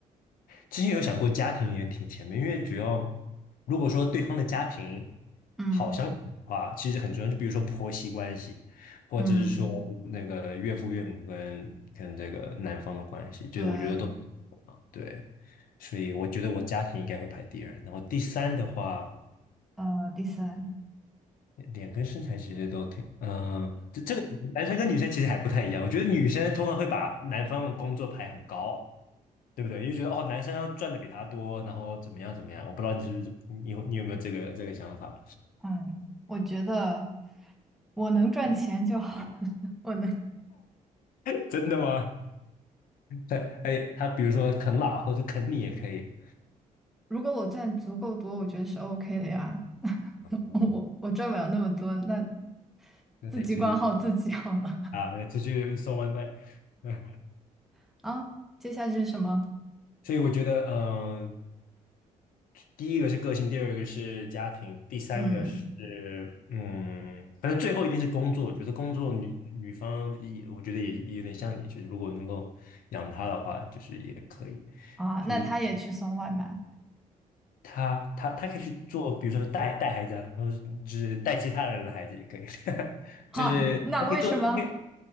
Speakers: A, on the left; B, in the centre.
A: 之前有想过家庭也挺前面，因为主要如果说对方的家庭
B: 嗯
A: 好相处的话，其实很重要。就比如说婆媳关系，或者是说那个岳父岳母跟跟这个男方的关系，
B: 嗯，
A: 对，
B: 对，
A: 我觉得都很重要。对，所以我觉得我家庭应该会排第二，然后第三的话，
B: 呃，第三，
A: 脸跟身材其实都挺，嗯、这这个男生跟女生其实还不太一样。我觉得女生通常会把男方的工作排很高，对不对？因为觉得哦，男生要赚的比他多，然后怎么样怎么样，我不知道你是不是你有你有没有这个这个想法？
B: 嗯，我觉得我能赚钱就好，<laughs> 我能。
A: <laughs> 真的吗？对，哎，他比如说啃老或者啃你也可以，
B: 如果我赚足够多，我觉得是 OK 的呀。<laughs>
A: 嗯，
B: 我我我赚不了那么多，那
A: 那得出去
B: 自己管好自己好了。
A: 啊，得出去送外卖。嗯，
B: <laughs> 啊，接下去是什么？
A: 所以我觉得，嗯、第一个是个性，第二个是家庭，第三个是嗯，
B: 嗯，
A: 反正最后一定是工作。我觉得工作女女方也，我觉得也也有点像你，就是如果能够养她的话，就是也可以。
B: 啊，
A: 所以。
B: 那他也去送外卖。
A: 他他他可以去做，比如说带带孩子啊，或者是就是带其他人的孩子也可以，<laughs>
B: 好，
A: 就是他可以做，
B: 那为什么？
A: 他可以